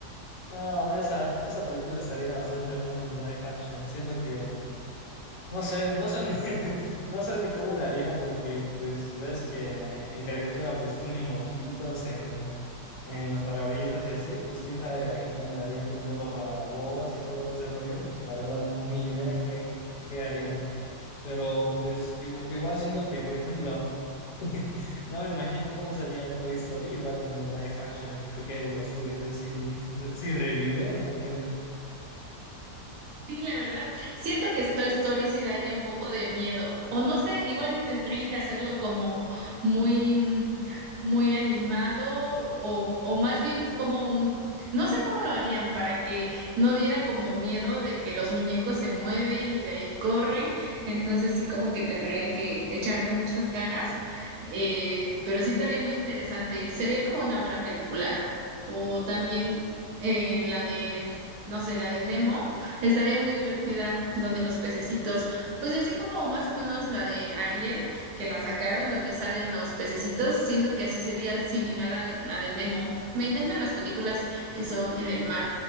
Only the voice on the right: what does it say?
Sí, la verdad, siento que Toy Story sí daría un poco de miedo, o no sé, igual y tendrían que hacerlo como muy, mm, muy animado, o, o más bien como, un- no sé cómo lo harían para que no diera como miedo de que los muñecos se mueven y de ahí corren, entonces sí como que tendrían que echarle muchas ganas, eh, pero sí estaría muy interesante, sería como una buena película, o también eh, la de, no sé, la de Nemo. Estaría muy divertida donde los pececitos, pues así como más o menos la de Ariel, que la sacaron, donde salen los pececitos, siento que así sería similar a la de Nemo. Me encantan las películas que son en el mar.